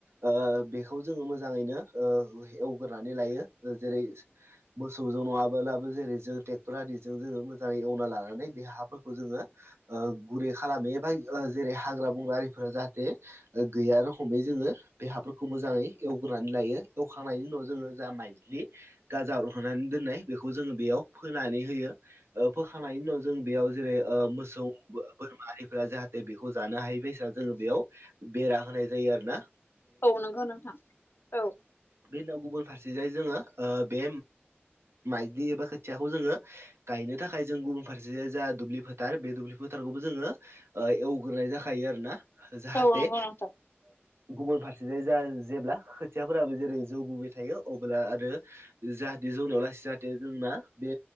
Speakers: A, on the right (about 70°); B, on the left (about 60°).
A: ओ बेखौ जोङो मोजाङैनो ओ एवगोरानै लायो जेरै मोसौजों नङाबोलाबो जेरै जों ट्रेक्टर आदिजों जोङो मोजाङै एवना लानानै बे हाफोरखौ जोङो ओ गुरै खालामो एबा ओ जेरै हाग्रा बंग्रा आरिफोरा जाहाथे ओ गैया रखमै जोङो बे हहाफोरखौ मोजाङै एवग्रोनानै लायो एवखांनायनि उनाव जोङो जा मायज्लि गाजा रहनानै दोननाय बेखौ जोङो बेयाव फोनानै होयो। ऐ फोखांनायनायनि उनाव जों बेयाव जेरै ओ मोसौ बोरमाहारिफोरा जाहाथे बेखौ जानो हायो बस जोङो बेयाव बेरा होनाय जायो आरो ना
B: औ नोंगौ नोंथां औ
A: बे उनाव गुबुन फारसेजोय जोङो ओ बे माइदि एबा खोथियाखौ जोङो। गायनो थाखाय जों गुबुन फारसे जा दुब्लि फोथार बे दुब्लि फोथारखौबो जोङो। ओ एवग्रोनाय जाखायो आरो ना जाहाथे
B: औ नंगौ नोंथां
A: गुबुन फारसे ज जेब्ला खोथियाफोराबो जेरै जौबोबाय थायो अब्ला आरो जाहाथे जौनायाव लास जाहाथे जोंना बे